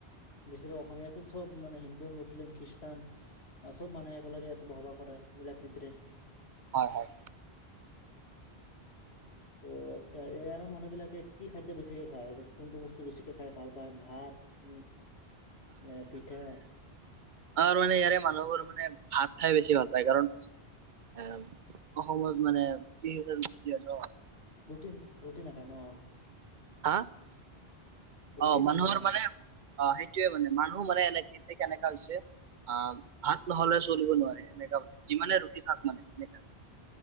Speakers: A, on the left (about 80°); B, on the right (about 50°).
A: বেচিভাগ অসমীয়াতো চব মান হিন্দু, মুছলিম, খ্ৰীষ্টান আছো মানু একেলগে ইটো ভবা কৰাই মিলা প্ৰীতিৰে
B: হয়, হয়
A: অ', এ এয়া মানুহ বিলাকে কি খাদ্য বেছিকে খায় কোনটো বছ বেছিকৈ খাই ভাল পায় ভাত উ নে পিঠা?
B: আৰু মানে ইয়াৰে মানুহবোৰ মানে ভাত খাই বেছি ভাল পায় কাৰণ এ অসমত মানে কিহু বেছি হয় ন
A: ৰুট ৰুটি নাখায় ন
B: হা অ,
A: ৰুটি
B: মানুহৰ
A: নাখায় ন?
B: মানে অ, সেইটোৱে মানে, মানুহ মানে এনে এ কেনেকা হৈছে আহ ভাত নহলে চলিব নোৱাৰে সেনেকা মানে যিমানে ৰুটি খাক মানে সেনেকা